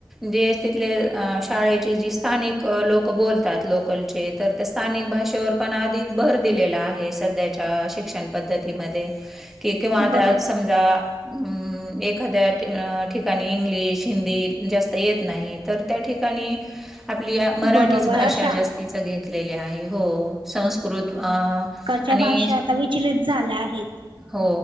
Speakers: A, in the centre; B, on the right (about 80°).
A: जेस तिथले अ शाळेचे जे स्थानिक अ लोकं बोलतात लोकलचे तर त्या स्थानिक भाषेवर पण अधिक भर दिलेला आहे. सध्या अ शिक्षण पद्धती मध्ये की किंवा आता
B: बरोबर
A: समजा हम एखाद्या ठिकाण अं इंग्लिश, हिंदी जास्त येत नाही तर त्या ठिकाणी आपली मराठीच
B: बरोबर
A: भाषा
B: अशा
A: जास्तीच घेतलेली आहे. हो! संस्कृत अ
B: च्या
A: आणि
B: भाषा आता विचलित झाल्या आहेत.
A: हो